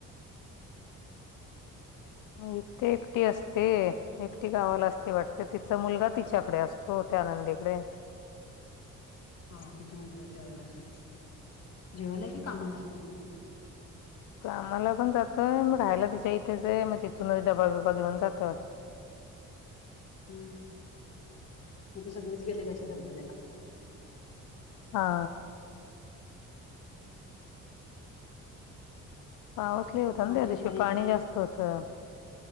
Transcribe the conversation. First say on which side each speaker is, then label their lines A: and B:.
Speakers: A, on the left; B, on the left.
A: हम्म हम् हम्
B: इे एकटी असते एकटी गावाला असती वाटते तिचा मुलगा तिच्याकडे असतो त्या आनंदीकडे
A: हा तिचां मुलगा जेवायला असेल जेवायला की कामाला असेल मग तिथं
B: कामाला पण जातंय मग राायला तिच्या इथेच आहे मग तिथूनच डबा बिबा घेऊन जात
A: हम्म मग ते सगळेच गेलेले असे धबधब्याला
B: हा
A: हम्म
B: पाऊसले होत त्या
A: आणि
B: त्या दिशी
A: मया
B: पाणी जास्त होतं